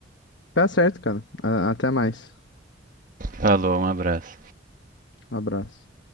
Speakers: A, on the left (about 75°); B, on the right (about 45°).
A: Tá certo, cara. A- Até mais.
B: Falou, um abraço.
A: Um abraço.